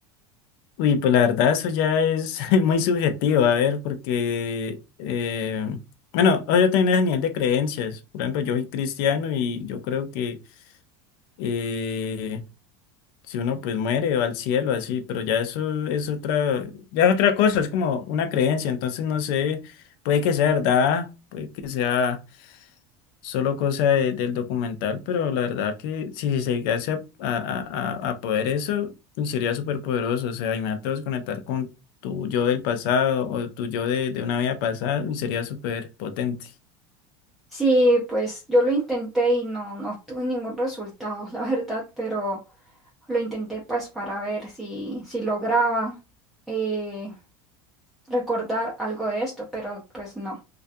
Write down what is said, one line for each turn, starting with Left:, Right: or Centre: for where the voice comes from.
Left: Uy, pues la verdad eso ya es <laughs> muy subjetivo, a ver, porque, eh, bueno, yo también es a nivel de creencias. Por ejemplo, yo soy cristiano y yo creo que... eh, Si uno pues muere va al cielo, así, pero ya eso es otra, ya es otra cosa, es como una creencia, entonces no sé, puede que sea verdad, puede que sea solo cosa de- del documental, pero la verdad que si se llegase a, a, a, a a poder eso, uy, sería súper poderoso, o sea, imagínate vos conectar con tu yo del pasado o tu yo de, de una vida pasada, uy, sería súper potente.
Centre: Sí, pues yo lo intenté y no, no obtuve ningún resultado, <laughs> la verdad, pero Lo intenté pues para ver si, si lograba eh, recordar algo de esto, pero pues no.